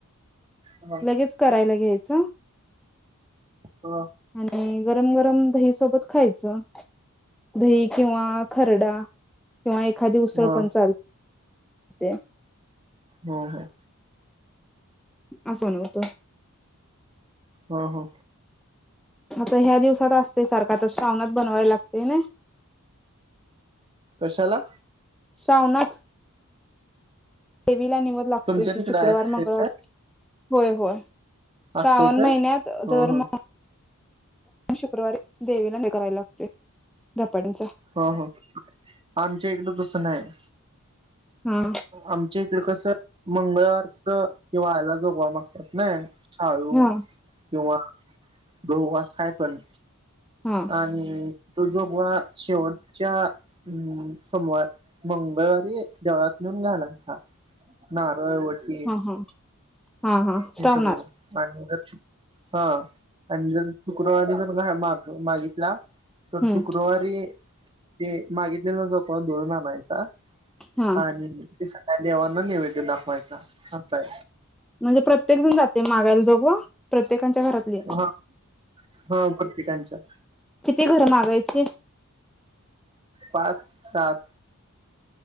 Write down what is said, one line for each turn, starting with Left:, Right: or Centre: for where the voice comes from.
Right: हं..
Centre: लगेच करायला घ्यायचं
Right: हं.
Centre: आणि गरम गरम दही सोबत खायचं. दही किंवा खरडा किंवा एखादी उसळ
Right: हो
Centre: पण चालते.
Right: हां हां.
Centre: असं नव्हतं.
Right: हा हा.
Centre: आता ह्या दिवसात असते सारख, आता श्रावणात बनवायला लागते नी.
Right: कशाला?
Centre: श्रावणात. देवीला निवद लागतोय
Right: तुमच्या
Centre: की,
Right: तिकडे
Centre: शुक्रवार
Right: असते
Centre: मंगळवार
Right: काय
Centre: होय.. होय... श्रावण
Right: असते काय
Centre: महिन्यात
Right: हो
Centre: दर
Right: हो
Centre: <unintelligible> शुक्रवारी देवीला निवेद करायला लागते धपाट्यांच.
Right: हं.. हं.. आमच्या इकडं तस नाही,
Centre: हा
Right: आम च्या इकड कसं मंगळवारच की वाळा जोगवा मागतात नी. शाळू
Centre: हा
Right: किंवा गहू आस काय पण.
Centre: हा.
Right: आणि तो जोगवा शेवटच्या, हम्म.. सोमवा- मंगळवारी देवळात नेऊन घालायचा. नारळ वटी
Centre: हा हा हा हा श्रावणात
Right: हे सगळं आणि, <unintelligible> हा, आणि जर शुक्रवारी जर नाही मागितला. तर
Centre: हम्म
Right: शुक्रवारी हे मागितलेलं जोगवा दळून आणायचा.
Centre: हा
Right: आणि ते सगळ्या देवांना नेवेद्य दाखवायचा. असताय.
Centre: म्हणजे प्रत्येक जण जाते. मागायला जोगवा. प्रत्येकांच्या घरातलीय.
Right: हा हा प्रत्येकांच्या
Centre: किती घर मागायची.
Right: पाच, सात.